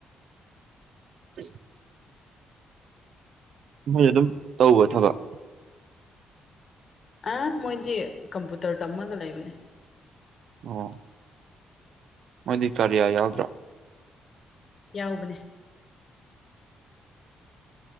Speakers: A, on the right; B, on the left.
A: ꯐ ꯃꯣꯏ ꯑꯗꯨꯝ ꯇꯧꯕ ꯊꯕꯛ
B: ꯑ ꯃꯣꯏꯗꯤ ꯀꯝꯄꯨꯇꯔ ꯇꯝꯃꯒ ꯂꯩꯕꯅꯦ
A: ꯑꯣ ꯃꯗꯤ ꯀꯔꯤꯌꯥ ꯌꯥꯎꯗ꯭ꯔꯥ
B: ꯌꯥꯎꯕꯅꯦ